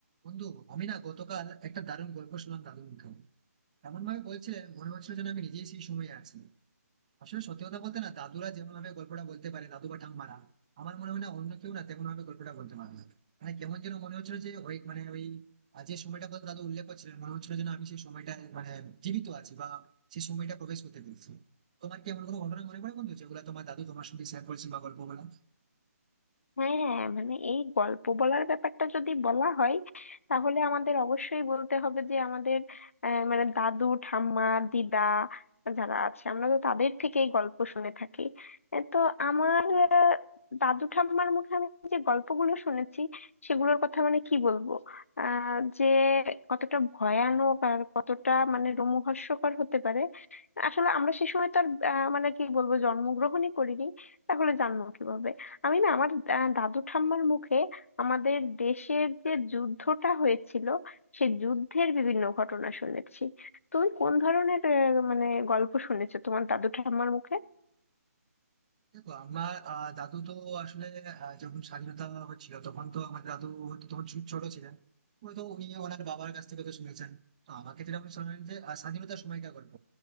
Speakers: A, on the right; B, on the left.
A: বন্ধু আমি না গতকাল একটা দারুণ গল্প শুনলাম দাদুর মুখে এমন ভাবে বলছিলেন মনে হচ্ছিল যেন আমি নিজেই সেই সময়ে আছি আসলে সত্যি কথা বলতে না দাদুরা যেমন ভাবে গল্পটা বলতে পারে দাদু বা ঠাম্মারা আমার মনে হয় না অন্য কেউ না তেমন ভাবে গল্পটা বলতে পারে না মানে কেমন যেন মনে হচ্ছিল যে ওই মানে ওই আহ, যে সময়টা কথা দাদু উল্লেখ করছিলেন মনে হচ্ছিল যেন আমি সেই সময়টা মানে জীবিত আছি বা সেই সময়টা প্রবেশ করতে পেরেছি তোমার কি এমন কোনো ঘটনা মনে পড়ে বন্ধু যেগুলো তোমার দাদু তোমার সঙ্গে শেয়ার করেছেন বা গল্প বলা
B: হ্যাঁ হ্যাঁ, মানে এই গল্প বলার ব্যাপারটা যদি বলা হয় তাহলে আমাদের অবশ্যই বলতে হবে যে আমাদের আহ, মানে দাদু ঠাম্মা দিদা যারা আছে আমরা তো তাদের থেকেই গল্প শুনে থাকি এ তো আমার আহ, দাদু ঠাম্মার মুখে আমি যে গল্পগুলো শুনেছি সেগুলোর কথা মানে কি বলবো আহ যে কতটা ভয়ানক আর কতটা মানে রোমহর্ষকর হতে পারে আসলে আমরা সে সময় তো আর আহ, মানে কি বলবো জন্মগ্রহণই করিনি তাহলে জানবো কিভাবে আমি না আমার আহ, দাদু ঠাম্মার মুখে আমাদের দেশের যে যুদ্ধটা হয়েছিল সে যুদ্ধের বিভিন্ন ঘটনা শুনেছি তুমি কোন ধরনের আহ, মানে গল্প শুনেছো তোমার দাদু ঠাম্মার মুখে
A: দেখো আমার আহ, দাদু তো আসলে আহ, যখন স্বাধীনতা হচ্ছিল তখন তো আমার দাদু হয়তো তখন ছো- ছোট ছিলেন হয়তো উনি ওনার বাবার কাছ থেকে তো শুনেছেন তো আমাকে যেটা উনি শোনালেন যে আহ, স্বাধীনতার সময়কার গল্প